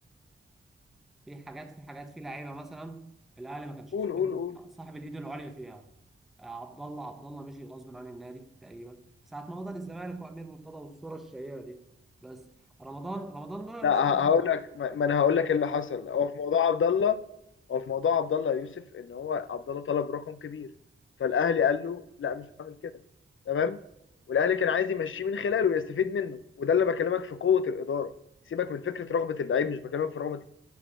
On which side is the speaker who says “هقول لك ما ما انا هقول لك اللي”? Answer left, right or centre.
Left